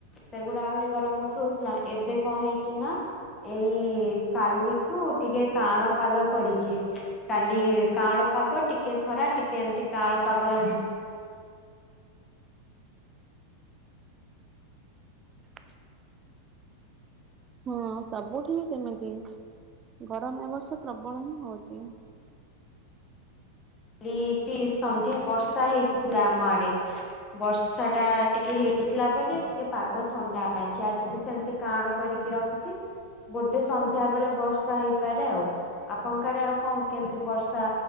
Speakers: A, on the left (about 20°); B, on the right (about 25°).
A: ସେଗୁଡା ଆହୁରି ଗରମ ଉଠଉଥିଲା ଏବେ କଣ ହେଇଚି ନା ଏଇ କାଲିଠୁ ଟିକେ କାଳ ପାଗ କରିଚି। କାଲି କାଁଳ ପାଗ ଟିକେ ଖରା ଟିକେ ଏମିତି କାଁଳ ପାଗ ଏ
B: <inaudible> ହଁ ସବୁଠି ବି ସେମିତି ଗରମ ଏବର୍ଷ ପ୍ରବଳ ହିଁ ହଉଚି।
A: ଲିପି ସନ୍ଧ୍ୟା ବର୍ଷା ହେଇଥିଲା ଆମ ଆଡେ। ବର୍ଷାଟା ଟିକେ ହେଇଥିଲା ବୋଲି ଟିକେ ପାଗ ଥଣ୍ଡା ଅଛି ଆଜି ବି ସେମିତି କାଁଳ କରିକି ରଖ ରଖିଛି ବୋଧେ ସନ୍ଧ୍ୟା ବେଳେ ବର୍ଷା ହେଇପାରେ ଆଉ ଆପଣଙ୍କ ଆଡେ ଆଉ କଣ? କେମତି ବର୍ଷା